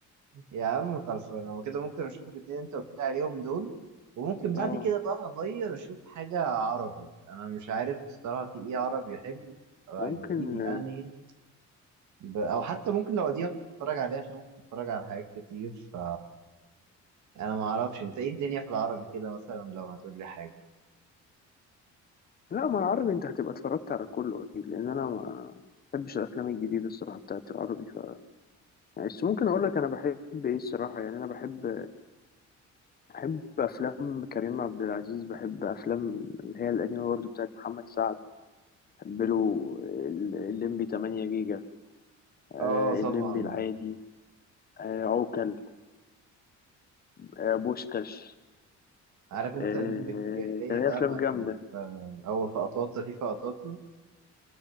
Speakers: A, on the right (about 70°); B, on the left (about 30°).
A: يا عم خلاص أنا وكده ممكن أشوف الاتنين أنت قلت لي عليهم دول وممكن بعد
B: اه
A: كده بقى أغير أشوف حاجة عربي أنا مش عارف الصراحة في إيه عربي حلو آه،
B: ممكن
A: جديد يعني ب... او حتى ممكن لو قديمه مش بتفرج عليها عشان كنت بتفرج على حاجات كتير ف يعني انا ما اعرفش انت ايه الدنيا في العربي كده مثلا لو هتقول لي حاجه
B: لا ما العربي انت هتبقى اتفرجت على كله اكيد لان انا ما بحبش الافلام الجديده الصراحه بتاعت العربي ف يعني بس ممكن اقول لك انا بحب ايه الصراحه يعني انا بحب بحب افلام كريم عبد العزيز بحب افلام اللي هي القديمه برضو بتاعت محمد سعد بحب له ال- الليمبي 8 جيجا آه،
A: اه
B: الليمبي
A: طبعا
B: العادي آه، عوكل آه، بوشكاش
A: عارف
B: آه،
A: انت الليمبي في الجاهليه
B: كان ليه
A: ساعه
B: افلام
A: ما
B: جامده
A: كان في- هو في قطاطا في في قطاطا